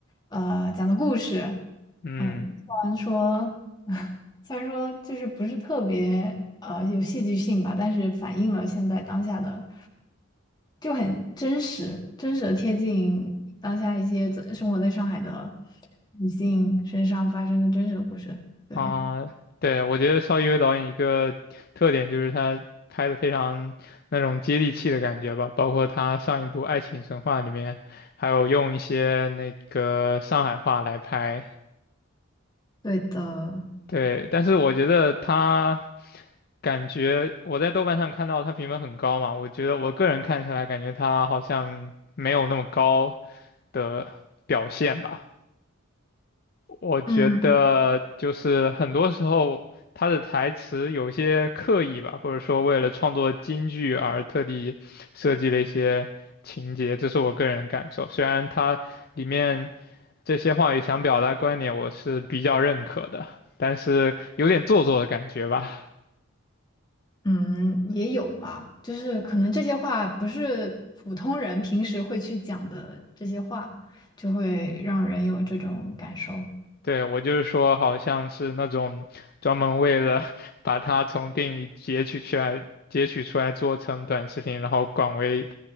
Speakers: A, on the left; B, on the left.
A: 呃，讲的故事，
B: 嗯
A: 嗯，虽然说，<laughs> 虽然说就是不是特别呃有戏剧性吧，但是反映了现在当下的，就很真实，真实的贴近当下一些在生活在上海的女性身上发生的真实的故事，对，
B: 啊，对，我觉得邵艺薇导演一个特点就是他拍的非常那种接地气的感觉吧，包括他上一部《爱情神话》里面，还有用一些那个上海话来拍。
A: 对的。
B: 对，但是我觉得他感觉我在豆瓣上看到他评分很高嘛，我觉得我个人看起来感觉他好像没有那么高的表现吧。我觉得就是很多时候他的台词有些刻意吧，
A: 嗯，
B: 或者说为了创作京剧而特地设计了一些情节，这是我个人感受。虽然他里面这些话语想表达观点，我是比较认可的，但是有点做作的感觉吧。
A: 嗯，也有吧，就是可能这些话不是普通人平时会去讲的这些话，就会让人有这种感受，
B: 对，我就是说，好像是那种专门为了 <laughs> 把它从电影截取出来、截取出来做成短视频，然后广为